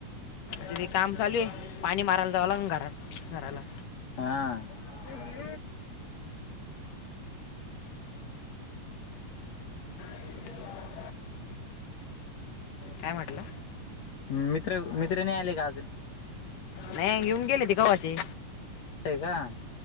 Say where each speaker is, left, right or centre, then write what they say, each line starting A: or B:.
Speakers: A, on the left; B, on the left.
A: तिथे काम चालू आहे पाणी मारायला जावं लागन घरात घराला.
B: हा.
A: <unintelligible> काय म्हटलं
B: मित्र मित्र नाही आले का अजून?
A: नाही येऊन गेली ती कवाशी.
B: असे हाय का?